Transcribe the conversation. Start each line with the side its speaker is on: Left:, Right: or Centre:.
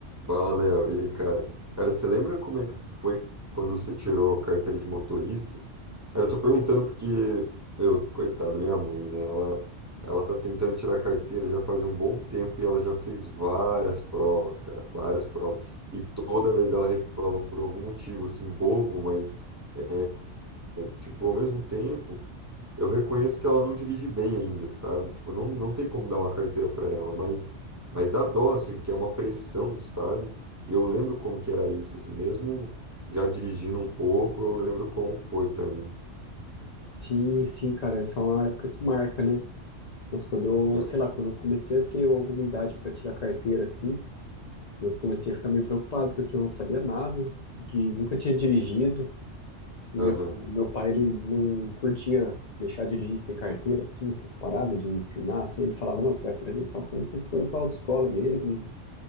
Right: Fala, Léo. E aí, cara? Cara, você lembra como é que foi quando você tirou a carteira de motorista? Cara, eu tô perguntando porque, meu, coitada, minha mãe, né? Ela, ela tá tentando tirar a carteira já faz um bom tempo e ela já fez várias provas, cara, várias provas. E toda vez ela reprova por algum motivo, assim, bobo, mas, é, tipo, ao mesmo tempo. Eu reconheço que ela não dirige bem ainda, sabe? Tipo, não, não tem como dar uma carteira para ela, mas, mas dá dó, assim, porque é uma pressão, sabe? E eu lembro como que era isso, assim, mesmo já dirigindo um pouco, eu lembro como foi para mim.
Left: Sim, sim, cara, essa é uma época que marca, né? Nossa, quando eu,
Right: né?
Left: sei lá, quando eu comecei a ter alguma idade para tirar carteira, assim, eu comecei a ficar meio preocupado, porque eu não sabia nada, de, nunca tinha dirigido, e
Right: Aham,
Left: meu, meu pai, ele não curtia deixar dirigir sem carteira, assim, essas paradas de ensinar, assim, ele falava, não, você vai aprender só quando você for pra autoescola mesmo, e